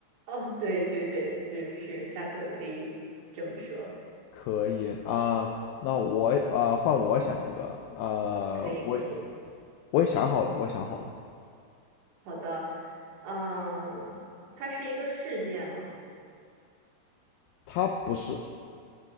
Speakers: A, on the right (about 80°); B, on the left (about 80°).
A: 哦，对对对，这是下次我可以这么说，
B: 可以啊，那我呃换我想一个，呃，
A: 可以可以，
B: 我我也想好了，我想好了，
A: 好的，嗯、它是一个事件吗？
B: 他不是，